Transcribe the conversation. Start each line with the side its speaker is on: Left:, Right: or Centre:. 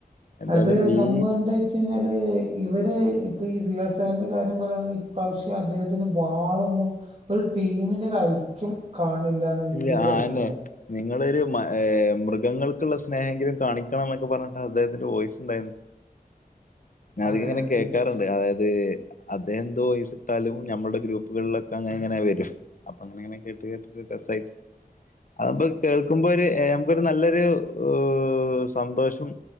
Left: എന്തായാലും
Right: അത് സംഭവെന്താ
Left: ഈ
Right: വെച്ച് കയിഞ്ഞാല് ഇവര് ഇപ്പൊ ഈ സി ആർ സെവന്റെ കാര്യം പറയാണെങ്കിൽ ഇപ്രാവശ്യം അദ്ദേഹത്തിന് ബാളോന്നും ഒരു ടീമിന്റെ ഒരു ഐക്യം കാണില്ലെന്നാ
Left: ഇല്ല
Right: എന്റേരു കാഴ്ചപ്പാട്
Left: ആന്നെ നിങ്ങളൊരു മ എ മൃഗങ്ങൾക്കുള്ള സ്നേഹങ്കിലും കാണിക്കണം എന്നൊക്കെ പറഞ്ഞിട്ട് അദ്ദേഹത്തിന്റെ വോയ്സുണ്ടായിന്നു
Right: <inaudible>
Left: ഞാൻ അധികിങ്ങനെ
Right: അതെ
Left: കേക്കാറുണ്ട്
Right: തീർച്ചയായിട്ടും
Left: അതായത് അദ്ദേഹം എന്ത് വോയിസ് ഇട്ടാലും നമ്മുടെ ഗ്രൂപ്പുകളിലൊക്കെ അങ്ങനെ ഇങ്ങനെ വരും അപ്പൊ അങ്ങനെങ്ങനെ കേട്ട് കേട്ട് വെബ്സൈറ്റ് അതിപ്പോ കേൾക്കുമ്പോ ഒരു ഏ നമുക്കൊരു നല്ലൊരു ഊ സന്തോഷം